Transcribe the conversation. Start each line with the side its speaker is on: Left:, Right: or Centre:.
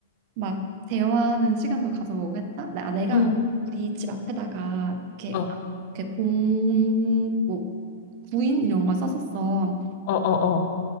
Right: 막 대화하는 시간도 가져보고 했다 나 아, 내가
Left: 어,
Right: 우리 집 앞에다가 이렇게
Left: 어,
Right: 이렇게 공뭐 구인 이런 걸 썼었어
Left: 어, 어,